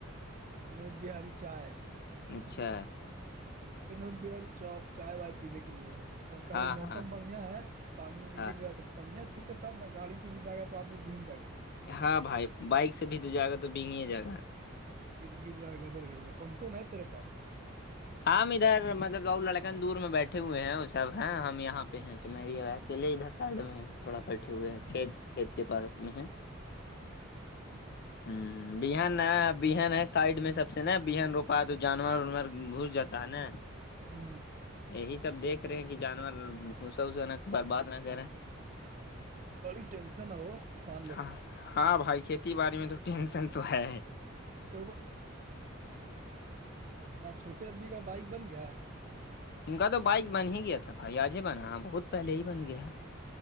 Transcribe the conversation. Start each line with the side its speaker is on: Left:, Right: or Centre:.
Right: نوت بہاری چائے
Left: اچھا
Right: بنودبیری چوک چائے وائے پینے کے لیے اھر کابھی
Left: ہاں
Right: موسم
Left: ہاں
Right: بڑھیا ہے پانی میں
Left: ہاں
Right: گر رہا ہے تو بڑھیا چھوٹے تب نا گاڑی بھی ج گا تو آدمی بھینگ ج گا
Left: ہاں بھائی بائک سے بھی تو جائے گا تو بگ ہی جائے گا
Right: گرا گدر گدر کون کون ہے تیرے پاس
Left: ہم ادھر مطلب ل لڑکن دور میں بیٹھے ہوئے ہیں وہ سب ہیں ہم یہاں پہ ہیں چمری کیلے ادھر سائڈ میں ہے تھوڑا بیٹھے ہوئے
Right: ہوں
Left: ہیں کھیت کھیت کے پاس اپنے ہیں
Right: جی ہے <inaudible>
Left: ہاں بہن بہن ہے سائڈ میں سب سے نا بہن روپا تو جانور وانور گھس جاتا ہے نا <inaudible>
Right: ہوں
Left: یہی سب دیکھ رہے ہیں کہ جانور گھسا وسا نہ برباد نہ کرے
Right: بڑی ٹینسن ہے وہ کسان لوگ
Left: ہاں
Right: کا
Left: ہاں بھائی کھیتی باڑی میں تو ٹینشن تو ہے
Right: تو وہ اپنا چھوٹے ابی کا بائک بن گیا
Left: ان کا تو بائک بن ہی گیا تھا فھائییاج ہی بنا بہت پہلے ہی بن گیا ہے